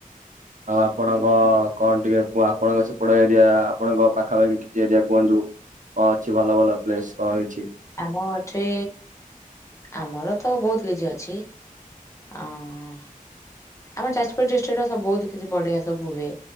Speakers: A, on the right; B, on the left.
A: ଆଉ ଆପଣଙ୍କ କଣ ଟିକେ କୁ ଆପଣଙ୍କ ସେପଟ ଏରିଆ ଆପଣଙ୍କ ପାଖାପାଖି ଟିକେ ଏରିଆ କୁହନ୍ତୁ। କଣ ଅଛି ଭଲ ଭଲ ପ୍ଲେସ୍ କଣଛି?
B: ଆମ ଏଠି ଆମର ତ ବହୁତ କିଛି ଅଛି ଅଁ ଆମ ଯାଜପୁର ଡିଷ୍ଟ୍ରିକ୍ଟ ର ସ ବହୁତ କିଛି ବଢ଼ିଆ ସବୁ ହୁଏ।